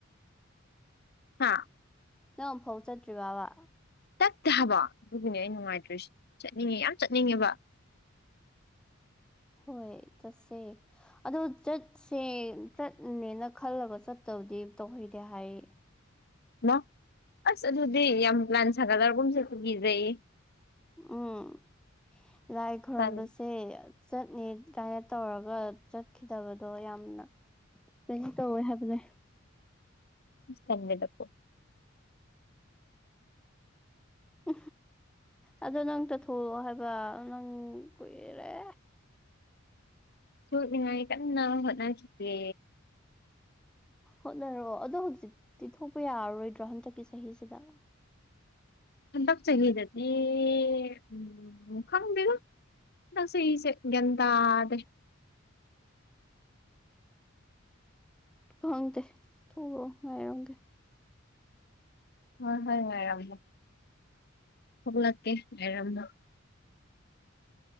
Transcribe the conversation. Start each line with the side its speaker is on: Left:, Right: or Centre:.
Left: ꯍꯥꯥ
Centre: ꯅꯪ ꯑꯝꯐꯥꯎ ꯆꯠꯇ꯭ꯔꯤꯕꯕ
Left: ꯇꯠꯇꯦ ꯍꯥꯏꯕ ꯑꯗꯨꯒꯤꯅꯦ ꯑꯩ ꯅꯨꯡꯉꯥꯏꯇ꯭ꯔꯤꯁ ꯆꯠꯅꯤꯡꯉꯦ ꯌꯥꯝ ꯆꯠꯅꯤꯡꯉꯦꯕ
Centre: ꯍꯣꯏ ꯆꯠꯁꯦ ꯑꯗꯣ ꯆꯠꯁꯦ ꯆꯠꯅꯦꯅ ꯈꯜꯂꯒ ꯆꯠꯇꯕꯗꯤ ꯇꯧꯍꯩꯗꯦ ꯍꯥꯏꯌꯦ
Left: ꯃ ꯑꯁ ꯑꯗꯨꯗꯤ ꯌꯥꯝ ꯄ꯭ꯂꯥꯟ ꯁꯥꯒꯠꯂꯔꯒꯨꯝꯁꯨ ꯑꯗꯨ ꯀꯤꯖꯩꯌꯦ
Centre: ꯎꯝ ꯂꯥꯏ ꯈꯣꯏꯔꯨꯝꯕ
Left: ꯇꯟ
Centre: ꯁꯦ ꯆꯠꯅꯦ ꯀꯥꯏꯅ ꯇꯧꯔꯒ ꯆꯠꯈꯤꯗꯕꯗꯣ ꯌꯥꯝꯅ ꯀꯩꯅꯣ ꯇꯧꯋꯦ ꯍꯥꯏꯕꯅꯦ
Left: ꯇꯝꯃꯦꯗꯀꯣ
Centre: ꯎ ꯑꯗꯣ ꯅꯪ ꯇ ꯊꯣꯛꯂꯛꯑꯣ ꯍꯥꯏꯕ ꯅꯪ ꯀꯨꯏꯔꯔꯦ
Left: ꯊꯣꯛꯅꯤꯡꯉꯥꯏꯅ ꯀꯥꯟꯅ ꯍꯣꯠꯅꯈꯤꯒꯦ
Centre: ꯍꯣꯠꯅꯔꯣ ꯑꯗꯣ ꯍꯧꯖꯤꯛꯇꯤ ꯊꯣꯛꯄ ꯌꯥꯔꯔꯣꯏꯗ꯭ꯔꯣ ꯍꯟꯗꯛꯀꯤ ꯆꯍꯤꯁꯤꯗ
Left: ꯍꯟꯗꯛ ꯆꯒꯤꯗꯗꯤ ꯎꯝ ꯈꯪꯗꯦꯗ ꯅꯪ ꯁꯛ ꯏꯁꯦ ꯒ꯭ꯌꯥꯟꯇꯗꯦ
Centre: ꯈꯪꯇꯦ ꯊꯣꯛꯂꯣꯑꯣ ꯉꯥꯏꯔꯝꯒꯦ
Left: ꯍꯣꯏ ꯍꯣꯏ ꯉꯥꯏꯔꯝꯃꯣ ꯊꯣꯛꯂꯛꯀꯦ ꯉꯥꯏꯔꯝꯃꯣ